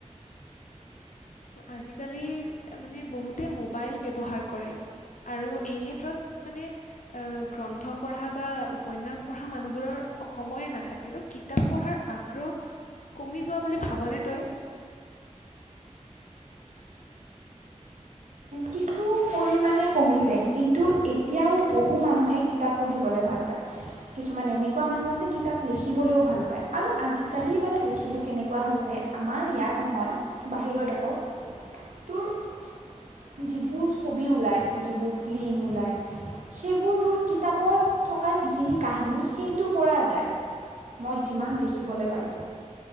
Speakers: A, on the left; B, on the right.
A: আজিকালি মানে বহুতে মোবাইল ব্যৱহাৰ কৰে আৰু এই ক্ষেত্ৰত মানে গ্ৰন্থ পঢ়া বা উপন্যাস পঢ়া মানুহবোৰৰ সময়ে নাথাকে ত' কিতাপ পঢ়াৰ আগ্ৰহ কমি য ভাবনে তই
B: কিছু পৰিমাণে কমিছে কিন্তু এতিয়াও বহু মানুহে কিতাপ পঢ়িবলৈ ভাল পায় কিছুমান এনেকুৱা মানুহ আছে কিতাপ লিখিবলৈও ভাল পায় আৰু আজিকালি মানে বস্তুবোৰ কেনেকুৱা হৈছে আমাৰ ইয়াত নহয় বাহিৰৰ দেশত তোৰ যিবোৰ ছবি ওলায় যিবোৰ ফিল্ম ওলায় সেইবোৰ তোৰ কিতাপত থকা যিখিনি কাহিনী সেইটোৰ পৰাই ওলায় মই যিমান দেখিবলৈ পাইছোঁ